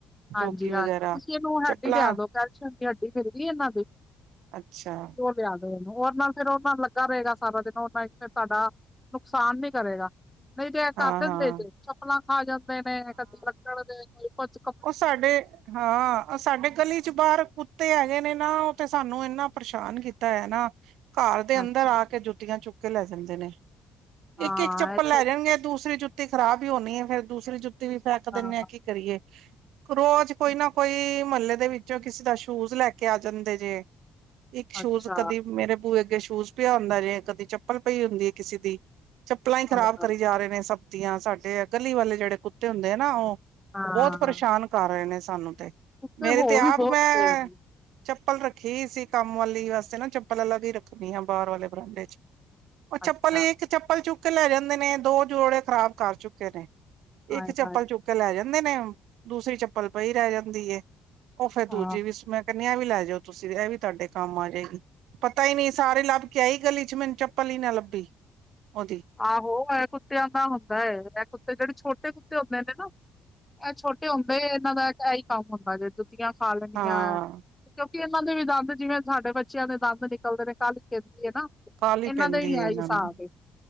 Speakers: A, in the centre; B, on the right.
A: ਹਾਂਜੀ,
B: ਟੋਕੀ ਵਗੈਰਾ
A: ਹਾਂ ਤੁਸੀਂ ਇਹਨੂੰ
B: ਚੱਪਲਾਂ
A: ਹੱਡੀ ਲਿਆ ਦੋ ਪੈਲਸ਼ਅਮ ਦੀ ਹੱਡੀ ਮਿਲਦੀ ਇਹਨਾਂ ਦੀ
B: ਅੱਛਾ।
A: ਲਿਆਦੋ। ਉਦੇ ਨਾਲ ਫਿਰ ਉਹ ਨਾਲ ਲੱਗਾ ਰਏਗਾ ਸਾਰਾ ਦਿਨ ਉਹ ਨਾਲ ਫਿਰ ਸਾਡਾ ਨੁਕਸਾਨ ਨੀ ਕਰੇਗਾ। ਨਈ ਤੇੇ ਐ ਕਰ
B: ਹਾਂ
A: ਦਿੰਦੇ
B: ਹਾਂ
A: ਜੇ ਚੱਪਲਾਂ ਖਾ ਜਾਂਦੇ ਨੇ ਕਦੇ ਲਕੜ ਦੇ ਕੋਈ ਕੋਛ।
B: ਓ ਸਾਡੇ ਹਾਂ ਓ ਸਾਡੇ ਗਲੀ ਚ ਬਾਰ ਕੁੱਤੇ ਹੈਗੇ ਨੇ ਨਾ ਓ ਤੇ ਸਾਨੂੰ ਇੰਨਾ ਪਰੇਸ਼ਾਨ ਕੀਤਾ ਹੋਯਾ ਨਾ ਘਰ ਦੇ ਅੰਦਰ
A: ਅੱਛਾ
B: ਆ ਕੇ ਜੁੱਤੀਆਂ ਚੁੱਕ ਕੇ ਲੈ ਜਾਂਦੇ ਨੇ।
A: ਹਾਂ
B: ਇੱਕ-ਇੱਕ ਚੱਪਲ
A: ਇਹ ਛੋ
B: ਲੈ ਜਾਣਗੇ ਦੂਸਰੀ ਜੁੱਤੀ ਖ਼ਰਾਬ ਈ ਹੋਣੀ ਐ ਫੇਰ, ਦੂਸਰੀ ਜੁੱਤੀ ਵੀ ਫੇਕ ਦਿੰਦੇ
A: ਹਾਂ
B: ਆ। ਕੀ ਕਰੀਏ? ਰੋਜ਼ ਕੋਈ ਨਾ ਕੋਈ ਮਹੱਲੇ ਦੇ ਵਿੱਚੋਂ ਕਿਸੇ ਦਾ ਸ਼ੂਜ ਲੈ ਕੇ ਆ ਜਾਂਦੇ ਜੇ ਇੱਕ ਸ਼ੂਜ
A: ਅੱਛਾ
B: ਕਦੀ ਮੇਰੇ ਬੂਏ ਅੱਗੇ ਸ਼ੂਜ ਪਿਆ ਹੁੰਦਾ ਜੇ ਕਦੀ ਚੱਪਲ ਪਈ ਹੁੰਦੀ ਕਿਸੇ ਦੀ ਚੱਪਲਾਂ ਈ ਖਰਾਬ
A: ਹਾਏ ਹਾਏ
B: ਕਰੀ ਜਾ ਰਹੇ ਨੇ ਸਬ ਦੀਆਂ ਸਾਡੇ ਗਲੀ ਵਾਲੇ ਜੇੜੇ ਕੁੱਤੇ ਹੁੰਦੇ ਆ ਨਾ ਓ।
A: ਹਾਂ
B: ਬੌਤ ਪਰੇਸ਼ਾਨ ਕਰ ਰਏ ਨੇ ਸਾਨੂੰ ਤੇ
A: ਕੁੱਤੇ
B: ਮੇਰੇ
A: ਹੋ
B: ਤੇ ਆਪ
A: ਵੀ ਬਹੁਤ
B: ਮੈਂ
A: ਗਏ ਨੇ
B: ਚੱਪਲ ਰੱਖੀ ਸੀ ਕੰਮ ਵਾਲੀ ਵਾਸਤੇ ਨਾ ਚੱਪਲ ਅਲਗ ਈ ਰੱਖਣੀ ਆ ਬਾਰ ਆਲੇ ਬਰਾਂਡੇ ਚ ਓ ਚੱਪਲ
A: ਅੱਛਾ
B: ਈ ਇੱਕ ਚੱਪਲ ਚੁੱਕ ਕੇ ਲੈ ਜਾਂਦੇ ਨੇ, ਦੋ ਜੋੜੇ ਖ਼ਰਾਬ ਕਰ ਚੁੱਕੇ ਨੇ।
A: ਹਾਏ
B: ਇੱਕ ਚੱਪਲ
A: ਹਾਏ
B: ਚੁੱਕ ਕੇ ਲੈ ਜਾਂਦੇ ਨੇ, ਦੂਸਰੀ ਚੱਪਲ ਪਈ ਰੈ ਜਾਂਦੀ ਏ। ਓ ਫਿਰ ਦੂਜੀ
A: ਹਾਂ
B: ਵੀ ਮੈਂ ਕੈਨੀ ਆ ਐ ਵੀ ਲੈ ਜਾਓ ਤੁਸੀਂ ਐਵੀ ਤੁਆਡੇ ਕੰਮ ਆ ਜੇਗੀ। ਪਤਾ ਈ ਨੀ ਸਾਰੇ ਲੱਬ ਕੇ ਆਈ ਗਲੀ ਚ ਮੈਨੂੰ ਚੱਪਲ ਈ ਨਾ ਲੱਬੀ ਓਦੀ।
A: ਆਹੋ! ਐ ਕੁੱਤਿਆਂ ਦਾ ਹੁੰਦਾ ਐ, ਐ ਕੁੱਤੇ ਜੇੜੇ ਛੋਟੇ ਕੁੱਤੇ ਹੁੰਦੇ ਨੇ ਨਾ ਐ ਛੋਟੇ ਹੁੰਦੇ, ਇਹਨਾਂ ਦਾ ਇਹੀ ਕੰਮ ਹੁੰਦਾ ਜੇ ਜੁੱਤੀਆਂ ਖਾ ਲੈਣੀਆਂ
B: ਹਾਂ।
A: ਕਿਉਂਕਿ ਇਹਨਾਂ ਦੇ ਵੀ ਦੰਦ, ਜਿਵੇਂ ਸਾਡੇ ਬੱਚਿਆਂ ਦੇ ਦੰਦ ਨਿ ਕਲਦੇ ਨੇ, ਕਾਹਲੀ ਪੈਂਦੀ ਏ ਨਾ
B: ਕਾਹਲੀ
A: ਇਹਨਾਂ
B: ਪੈਂਦੀ
A: ਦਾ ਈ
B: ਹੈ
A: ਐਈ
B: ਇਹਨਾਂ ਨੂੰ
A: ਸਾਬ ਏ